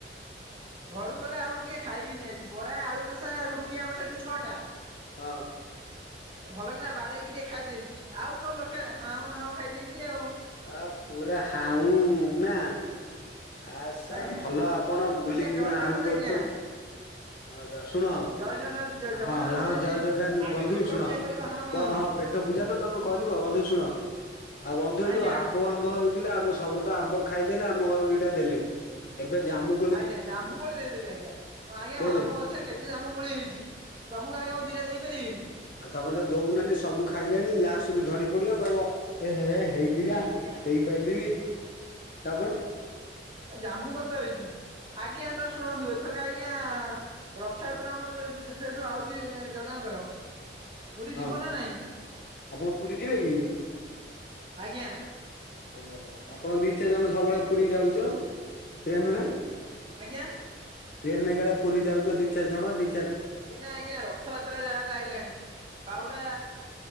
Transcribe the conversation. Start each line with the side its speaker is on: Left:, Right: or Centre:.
Right: ଘରୁ ଗଲେ ଆଉ ଟିକେ ଖାଇବିନି ଆଜି ବରା ଆଳୁ କଷା ରୁଟି ଆମର ସେଠି ଛଅଟା
Left: ହଁ
Right: ଭଲ କି ନା ବାଡେଇକି ଟିକେ ଖାଇ ଦେଇଛି ଆଉ କଣ ଦରକାର ହାଉଁ ହାଉଁ ଖାଇଦେଇଛି ଆଉ
Left: ଆ ପୁରା ହାଉଁ ନା ଆସ
Right: ଆଜ୍ଞା
Left: ଭଲ ଆପଣ
Right: ଆଜ୍ଞା
Left: ବୁଲିକି
Right: ଜୟ
Left: ପୁରା
Right: ଜଗନ୍ନାଥ
Left: ହାଉଁ କରୁଛନ୍ତି।
Right: ଆଜ୍ଞା।
Left: ଆଁଛା ଶୁଣ
Right: ଜୟ ଜଗନ୍ନାଥ ଜଗନ୍ନାଥ
Left: ହଁ
Right: କହିଛନ୍ତି
Left: ହଁ ଜୟ ଜଗନ୍
Right: ଆଗେ
Left: ବନ୍ଧୁ
Right: ପେଟ
Left: ଶୁଣ
Right: ପୂଜା
Left: ହଁ
Right: କରିବ ହାଉଁ ହାଉଁ।
Left: ପେଟ ପେଟ ପୂଜା ତ ତମେ କରିବ ବନ୍ଧୁ ଶୁଣ ଆଉ ବନ୍ଧୁ
Right: ଆଜ୍ଞା
Left: ଏଇ ଯୋଉ ଆମ୍ବ ଆମ୍ବ ଥିଲା ଆମ ସବୁ ଆମ୍ବ ଖାଇଦେଲେ ଆମ ଘରୁ ଦୁଇଟା ଦେଲେନି। ଏବେ ଜାମୁ
Right: ଆଜ୍ଞା ଜାମୁ କୋଲି ଦେଇଦେବି ଆଜ୍ଞା ତ ଆଜ୍ଞା
Left: ଦେଇଦେ
Right: ଆମ ଗଛରେ କେତେ ସେ ଆାମ ଜାମୁକୋଳି ହୋଇଛି ତମକୁ ଆଜ୍ଞା ମୁଁ ଦିଟା ଦେଇପାରିବିନି।
Left: ଆଉ ତମେ ତ ଦଉନାହାନ୍ତି ସବୁ ଖାଇଲେଣି ଲାଷ୍ଟ କୁ ଝଡି ପଡିବ କହିବ ଏ ହେ ହେଇ ଥିଲା
Right: ଆଜ୍ଞା
Left: ଦେଇପାରଲିିନି। ତାପରେ?
Right: ଆ ଜାମୁ କୋଳି ତ ହେଇଛି। ଆଜ୍ଞା ତ ଶୁଣନ୍ତୁ ଏଥରକ ଆଜ୍ଞା ରଥଯାତ୍ରା ଆମର ଯୋଉ ଯେତେଠୁ ଆଉଛି ଜଗାଙ୍କର ପୁରୀ
Left: ହଁ
Right: ଯିବ ନା ନାଇଁ
Left: ଆପଣ ପୁରୀ ଯିବେ କି?
Right: ଆଜ୍ଞା?
Left: ଓହୋ ଆପଣ ଦି ଚାରି ଜଣ ସବୁବେଳେ ପୁରୀ ଯାଉଛ ଟ୍ରେନ ରେ?
Right: ଆଜ୍ଞା।
Left: ଟ୍ରେନ ଏଇକା ପୁରୀ ଯାଉଛ ଦି ଚାରି ଜଣ ଦି ଚା
Right: ଏଇନା ଆଜ୍ଞା ରଥଯାତ୍ରା ଯାହା ହେଲେ ଆଇଲାଣି ବାହୁଡା
Left: ହଁ।